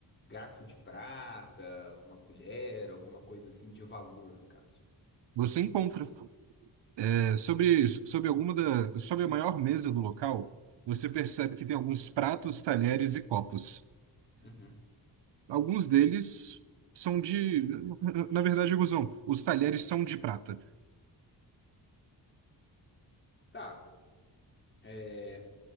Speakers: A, on the left; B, on the right.
A: garfo de prata, uma colher, alguma coisa assim de valor, no caso.
B: Você encontra. É, sobre, sobre alguma da, sobre a maior mesa do local, você percebe que tem alguns pratos, talheres e copos.
A: Uhum.
B: Alguns deles são de, na verdade, Guzão, os talheres são de prata.
A: Tá, é,